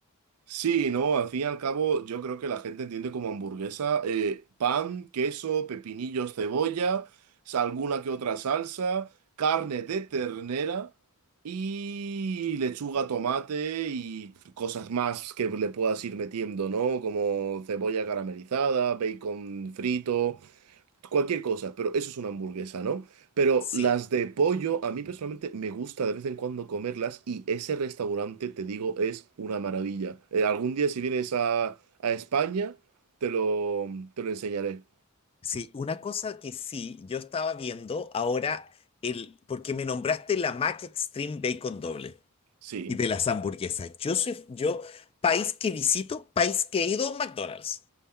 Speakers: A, on the right; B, on the left.
A: Sí, no, al fin y al cabo yo creo que la gente entiende como hamburguesa eh, pan, queso, pepinillos, cebolla, sa- alguna que otra salsa, carne de ternera y lechuga, tomate y cosas más que le puedas ir metiendo, ¿no? Como cebolla caramelizada, bacon frito. Cualquier cosa, pero eso es una hamburguesa, ¿no? Pero
B: Sí,
A: las de pollo, a mí personalmente me gusta de vez en cuando comerlas y ese restaurante, te digo, es una maravilla. Eh, algún día si vienes a, a España, te lo, te lo enseñaré.
B: sí, una cosa que sí, yo estaba viendo ahora, el, porque me nombraste la Mac Extreme Bacon Doble
A: Sí,
B: y de las hamburguesas. Yo soy, yo, país que visito, país que he ido a un McDonald's,